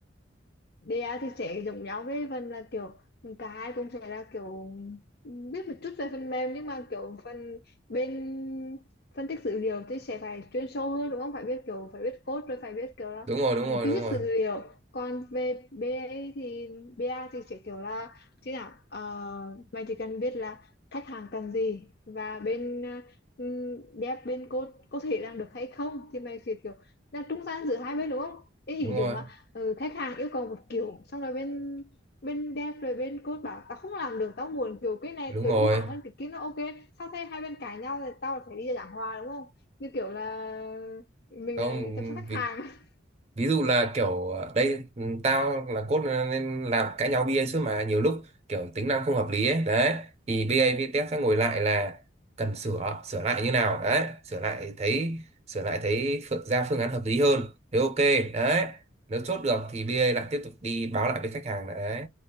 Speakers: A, on the left; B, on the right.
A: BA thì sẽ giống nhau với phần là kiểu cả hai cũng sẽ là kiểu biết một chút về phần mềm nhưng mà kiểu phần bên phân tích dữ liệu thì sẽ phải chuyên sâu hơn đúng không? Phải biết kiểu phải biết code rồi phải biết kiểu là
B: đúng rồi đúng
A: ừ,
B: rồi
A: truy
B: đúng
A: xuất
B: rồi
A: dữ liệu. Còn về BA thì BA thì sẽ kiểu là chứ nào uh, mày chỉ cần biết là khách hàng cần gì và bên ừm, đẹp bên cô có thể làm được hay không thì mày sẽ kiểu là trung gian giữa hai bên đúng không ý ví
B: đúng rồi
A: dụ mà ừ, khách hàng yêu cầu một kiểu xong rồi bên bên đẹp rồi bên cô bảo tao không làm được tao muốn kiểu cái này
B: đúng
A: tối
B: rồi
A: ưu hóa hơn cái kia nó ok sau thế hai bên cãi nhau thì tao phải đi giảng hòa đúng không như kiểu là mình
B: không
A: là chăm sóc khách
B: ví,
A: hàng <laughs>
B: ví dụ là kiểu ờ, đây ừ, tao là cốt ờ, nên làm cãi nhau BA suốt mà nhiều lúc kiểu tính năng không hợp lý ấy đấy thì BA VTech sẽ ngồi lại là cần sửa sửa lại như nào đấy sửa lại thấy sửa lại thấy phương, ra phương án hợp lý hơn thế ok đấy nếu chốt được thì BA lại tiếp tục đi báo lại với khách hàng là đấy